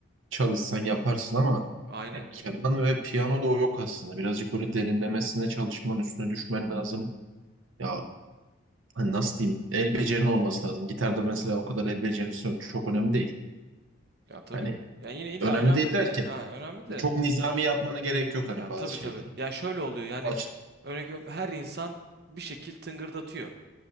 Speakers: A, on the right; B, on the right.
A: çalışsan yaparsın ama
B: Aynen.
A: ya keman ve piyano da o yok aslında. Birazcık böyle derinlemesine çalışman üstüne düşmen lazım. Ya hani nasıl diyeyim el becerinin olması lazım. Gitarda mesela o kadar el becerisi yok. Çok önemli değil.
B: Ya tabii.
A: Hani
B: Yani yine illa
A: önemli
B: önemli
A: değil derken
B: de, ha, önemli de.
A: çok nizami
B: Ya,
A: yapmana gerek yok hani
B: ya
A: bazı
B: tabii
A: şeyleri.
B: tabii. Ya şöyle oluyor yani
A: O açı-
B: örnek veriyorum her insan bir şekil tıngırdatıyor.